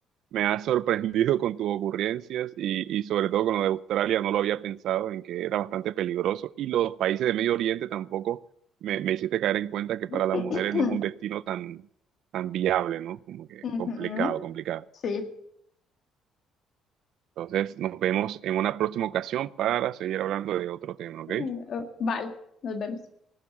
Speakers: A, on the right (about 65°); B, on the left (about 50°).
A: Me has sorprendido con tus ocurrencias y, y sobre todo con lo de Australia, no lo había pensado en que era bastante peligroso. Y los países de Medio Oriente tampoco me, me hiciste caer en cuenta que
B: <laughs>
A: para las mujeres no es un destino tan, tan viable, ¿no? Como que
B: Ujú,
A: complicado, complicado.
B: Sí.
A: Entonces, nos vemos en una próxima ocasión para seguir hablando de otro tema, ¿ok?
B: Mm, eh, Vale, nos vemos.